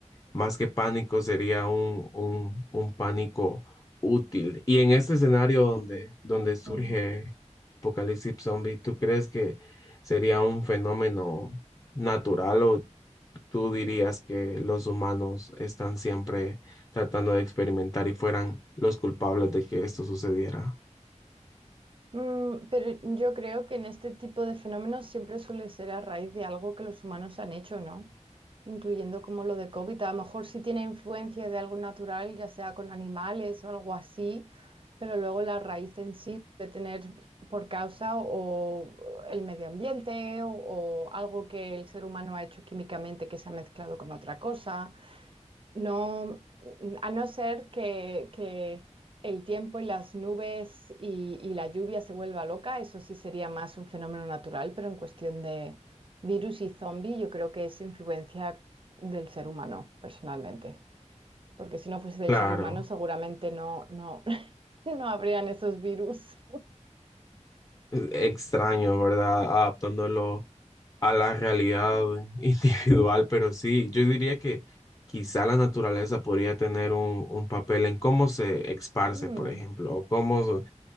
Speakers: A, on the left; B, on the right.
A: más que pánico, sería un, un, un pánico útil. Y en este escenario donde, donde surge
B: Mm.
A: Apocalipsis Zombie, ¿tú crees que sería un fenómeno natural o ¿Tú dirías que los humanos están siempre tratando de experimentar y fueran los culpables de que esto sucediera?
B: Mm, pero yo creo que en este tipo de fenómenos siempre suele ser a raíz de algo que los humanos han hecho, ¿no? Incluyendo como lo de COVID. A lo mejor sí tiene influencia de algo natural, ya sea con animales o algo así, pero luego la raíz en sí debe tener por causa o el medio ambiente o, o algo que el ser humano ha hecho químicamente que se ha mezclado con otra cosa. No, a no ser que, que el tiempo y las nubes y, y la lluvia se vuelva loca, eso sí sería más un fenómeno natural, pero en cuestión de virus y zombie, yo creo que es influencia del ser humano, personalmente. Porque si no fuese del
A: Claro,
B: ser humano, seguramente no, no, <laughs> no habrían esos virus.
A: e- extraño, ¿verdad? Adaptándolo a la realidad <laughs> individual, pero sí, yo diría que quizá la naturaleza podría tener un, un papel en cómo se esparce,
B: Mm.
A: por ejemplo, o cómo